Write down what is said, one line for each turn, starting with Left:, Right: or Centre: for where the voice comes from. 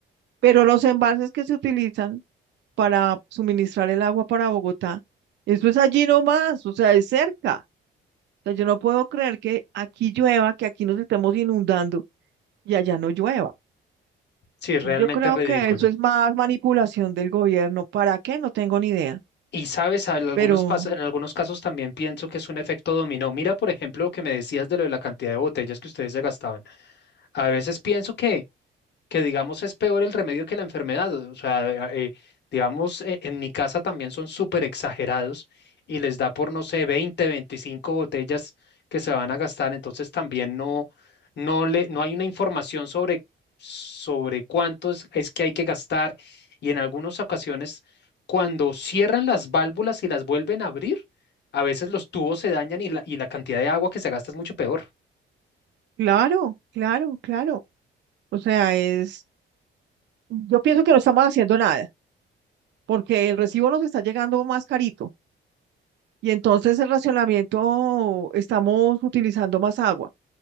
Right: Pero los embalses que se utilizan para suministrar el agua para Bogotá, eso es allí nomás, o sea, es cerca. sea, yo no puedo creer que aquí llueva, que aquí nos estemos inundando y allá no llueva.
Left: Sí, realmente
Right: Yo creo
Left: es ridículo.
Right: que eso es más manipulación del gobierno. ¿Para qué? No tengo ni idea.
Left: Y sabes, en algunos,
Right: Pero
Left: pas- en algunos casos también pienso que es un efecto dominó. Mira, por ejemplo, lo que me decías de lo de la cantidad de botellas que ustedes se gastaban. A veces pienso que, que, digamos, es peor el remedio que la enfermedad. O sea, eh, digamos, eh, en mi casa también son súper exagerados y les da por, no sé, 20, 25 botellas que se van a gastar. Entonces también no, no, le, no hay una información sobre, sobre cuánto es, es que hay que gastar. Y en algunas ocasiones, cuando cierran las válvulas y las vuelven a abrir, a veces los tubos se dañan y la, y la cantidad de agua que se gasta es mucho peor.
Right: claro, claro, claro. O sea, es, yo pienso que no estamos haciendo nada, porque el recibo nos está llegando más carito y entonces el racionamiento estamos utilizando más agua.